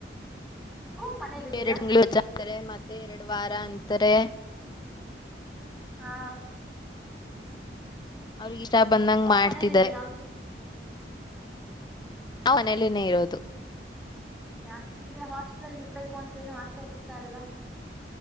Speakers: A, in the centre; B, on the left.
A: ನೀವು ಮನೇಲಿದ್ದೀರಾ
B: ಇವು ಎರಡು ತಿಂಗಳು ಹೆಜ್ಜ ಅಂತಾರೆ ಮತ್ತೆ ಎರಡು ವಾರ ಅಂತಾರೆ
A: ಹಾ
B: ಅವ್ರಿಗೆ ಈಷ ಬಂದಂಗ
A: ನೀವು
B: ಮಾಡ್ತಿದ್ದಾರೆ
A: ಮನೇಲಿದ್ದೀರಾ
B: ಅವನೇಲನೇ ಇರೋದು
A: ಹೌದಾ ನಿಮ್ಗೆ ಹಾಸ್ಟೆಲ್ ಅಲ್ ಇರ್ಬೇಕು ಅಂತ ಏನ ಆಸೆ ಆಗ್ತಾ ಅಲ್ವಾ